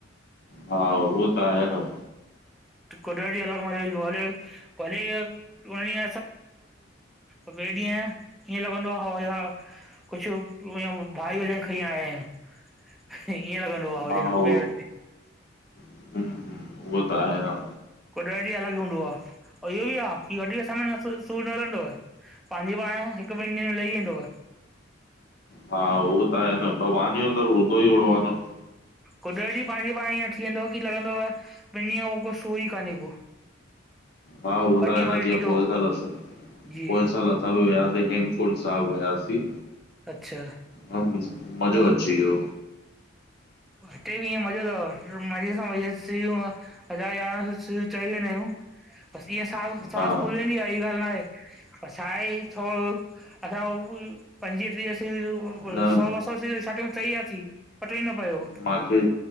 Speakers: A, on the left; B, in the centre.
A: हा उहो त आहे न,
B: कॾे बि हलणो हुजे हली अच। भली <unintelligible> ॿिए ॾींहं ईअं लॻंदो आ हाल हा कुछ ईअं भारी वजन खणी आया आयूं ईअं लॻंदो आ
A: हा,
B: जिअं
A: उहो
B: पेर में
A: हूं, हूं, उहो त आहे न
B: कुछ ॾ ॾींहं अलग हूंदो आ पर इहो आ कि वधीक समय में सूर न रहंदो। पांजे पाण हिक- ॿिनि ॾींहंन में लही वेंदव।
A: हा उहो त आए न भगवान जो दर हूंदो ई ओणो आ न
B: कुदरत ई पांजे पाण ईअं थी वेंदव कि लॻंदव ॿिन ॾींहन खां पो सूर ही काने को
A: हा उहो
B: ॿ
A: त
B: ॾींहं
A: आहे
B: भले
A: न जीअं
B: थींदो
A: पोए त आलस
B: जी
A: पोए सल सभ वियासी हेमकुंड साहिब वयासीं।
B: अच्छा
A: अऊं मज़ो अची वियो।
B: हिते बि ईअं मज़ो तव मज़े सां मज़ो सही हो। हज़ार यारह सौ सीढियूं चढ़ी वेंदा आयूं, ॿस ईअं सास-सास
A: हा,
B: फूलंदी आहे एड़ी ॻाल्ह न आहे। असांजे थो असां पंजवीह टी्ह सीढ़ियूं सौ
A: न
B: ॿ सौ सीढ़ियू हथ में चढ़ी वियासीं पतो ई न पयो।
A: मांखे